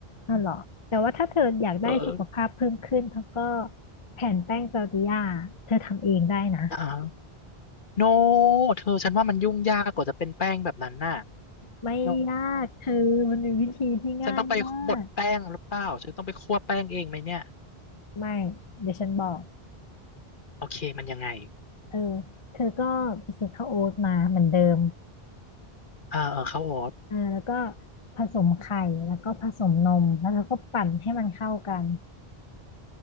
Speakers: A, on the left; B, on the left.
A: อ๋อเหรอแต่ว่าถ้าเธออยากได้สุขภาพเพิ่มขึ้นเธอก็
B: <laughs> เออ
A: แผ่นแป้งซาลตดิย่าเธอทำเองได้นะ
B: อ่าโนเธอฉันว่ามันยุ่งยากกว่าจะเป็นแป้งแบบนั้นน่ะ
A: ไม่ยากเธอมันเป็นวิธีที่ง่ายมาก
B: โนฉันต้องไปบดแป้งหรือเปล่าฉันต้องไปคั่วแป้งเองไหมเนี่ย
A: ไม่เดี๋ยวฉันบอก
B: โอเคมันยังไง
A: เออเธอก็ไปซื้อข้าวโอ๊ตมาเหมือนเดิม
B: เออเออข้าวโอ๊ต
A: เออแล้วก็ผสมไข่แล้วก็ผสมนมแล้วเธอก็ปั่นให้มันเข้ากัน